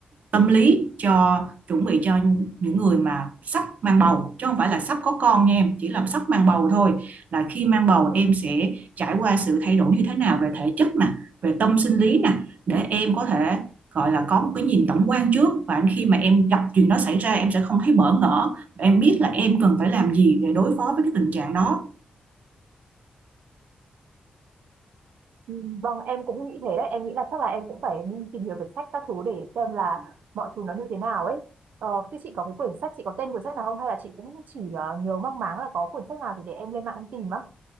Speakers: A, on the right (about 65°); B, on the right (about 85°).
A: tâm lý cho chuẩn bị cho những người mà sắp mang bầu chứ không phải là sắp có con nha em chỉ là sắp mang bầu thôi là khi mang bầu em sẽ trải qua sự thay đổi như thế nào về thể chất nè về tâm sinh lý nè để em có thể gọi là có một cái nhìn tổng quan trước và khi mà em gặp chuyện đó xảy ra em sẽ không thấy bỡ ngỡ em biết là em cần phải làm gì để đối phó với cái tình trạng đó
B: Ừ, Vâng, em cũng nghĩ thế đấy. Em nghĩ là chắc là em cũng phải đi tìm hiểu về sách các thứ để xem là mọi thứ nó như thế nào ấy. Ờ, thế chị có cái quyển sách, chị có tên quyển sách nào không? Hay là chị cũng chỉ ờ, nhớ mang máng là có quyển sách nào thì để em lên mạng em tìm á.